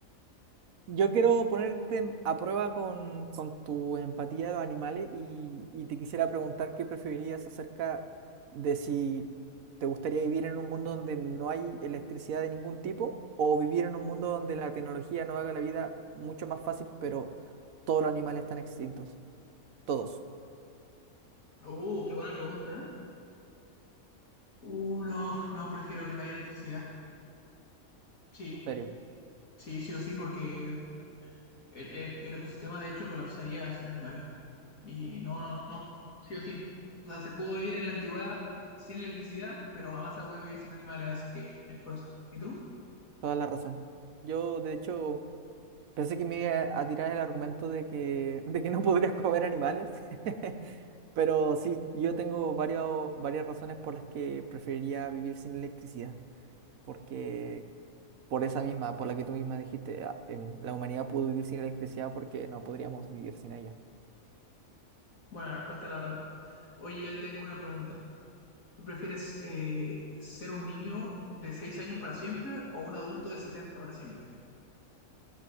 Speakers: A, on the right (about 75°); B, on the left (about 75°).
A: Yo quiero ponerte en- a prueba con, con tu empatía de los animales y, y te quisiera preguntar qué preferirías acerca de si te gustaría vivir en un mundo donde no hay electricidad de ningún tipo o vivir en un mundo donde la tecnología no haga la vida mucho más fácil, pero todos los animales están extintos. Todos,
B: Uh, qué buena pregunta. ¿eh? Uh, no, no, prefiero que no haya electricidad. Sí,
A: serio,
B: sí, sí o sí, porque el, el el ecosistema de hecho colapsaría sin animales. Y no, no, no, sí o sí. O sea, se pudo vivir en la antigüedad sin electricidad, pero jamás se ha podido vivir sin animales, así que elijo esa. ¿Y tú?
A: toda la razón. Yo, de hecho, pensé que me iba a tirar el argumento de que, <laughs> de que no podrías comer animales. <laughs> Pero sí, yo tengo varios, varias razones por las que preferiría vivir sin electricidad, porque por esa misma, por la que tú misma dijiste, ah, em, la humanidad pudo vivir sin electricidad porque no podríamos vivir sin ella.
B: Buena respuesta, la verdad. Oye, yo te tengo una pregunta. ¿Tú prefieres eh, ser un niño de 6 años para siempre o un adulto de 70 para siempre?